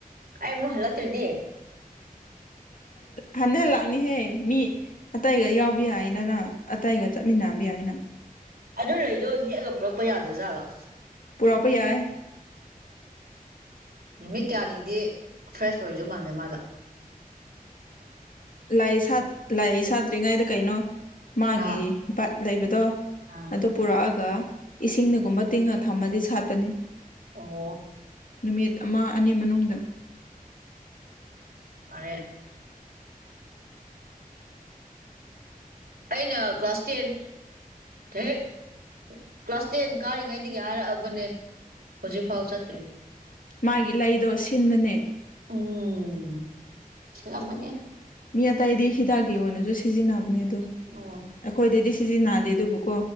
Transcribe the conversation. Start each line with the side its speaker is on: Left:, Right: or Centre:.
Right: ꯑꯩꯃ ꯍꯜꯂꯇꯔꯗꯤ
Left: ꯍꯟꯊꯍꯜꯂꯛꯅꯤꯍꯦ ꯃꯤ ꯑꯇꯩꯒ ꯌꯥꯎꯕ ꯌꯥꯏꯅꯅ ꯑꯇꯩꯒ ꯆꯠꯃꯤꯟꯅꯕ ꯌꯥꯏ ꯑꯅ
Right: ꯑꯗꯨ ꯂꯩꯗꯣ ꯍꯦꯛꯑꯒ ꯄꯨꯔꯛꯄ ꯌꯥꯗ꯭ꯔꯖꯥꯠꯂꯣ
Left: ꯄꯨꯔꯛꯄ ꯌꯥꯏ
Right: ꯅꯨꯃꯤꯠ ꯀꯌꯥꯅꯤꯗꯤ ꯐ꯭ꯔꯦꯁ ꯑꯣꯏꯗꯧ ꯃꯥꯟꯗꯦ ꯃꯥꯗ
Left: ꯂꯥꯏ ꯂꯥꯏ ꯁꯥꯠꯇ꯭ꯔꯤꯉꯩꯗ ꯀꯩꯅꯣ ꯃꯥꯒꯤ
Right: ꯑꯥ
Left: ꯂꯩꯕꯗꯣ
Right: ꯑꯥ
Left: ꯑꯗꯨ ꯄꯨꯔꯛꯑꯒ ꯏꯁꯤꯡꯅꯒꯨꯝꯕ ꯇꯤꯡꯉ ꯊꯝꯃꯗꯤ ꯁꯥꯠꯄꯅꯤ
Right: ꯑꯣ
Left: ꯅꯨꯃꯤꯠ ꯑꯃ ꯑꯅꯤ ꯃꯅꯨꯡꯗ
Right: ꯑ ꯑꯩꯅ ꯀ꯭ꯂꯥꯁ ꯇꯦꯟ ꯍ ꯍꯦꯛ ꯀ꯭ꯂꯥꯁ ꯇꯦꯟ ꯀꯥꯔꯤꯉꯩꯗꯒꯤ ꯍꯥꯏꯔꯛꯑꯕꯅꯦ ꯍꯧꯖꯤꯛꯐꯥꯎ ꯆꯠꯇ꯭ꯔꯤ
Left: ꯃꯥꯒꯤ ꯂꯩꯗꯣ ꯁꯤꯟꯕꯅꯦ
Right: ꯎꯝ ꯁꯤꯂ ꯃꯅꯤ
Left: ꯃꯤ ꯑꯇꯇꯩꯗꯤ ꯍꯤꯗꯥꯛꯀꯤ ꯑꯣꯏꯅꯁꯨ ꯁꯤꯖꯤꯟꯅꯕꯅꯦ ꯑꯗꯣ
Right: ꯑꯣ
Left: ꯑꯩꯈꯣꯏꯗꯗꯤ ꯁꯤꯖꯤ ꯅꯥꯗꯦ ꯑꯗꯨꯕꯨꯀꯣ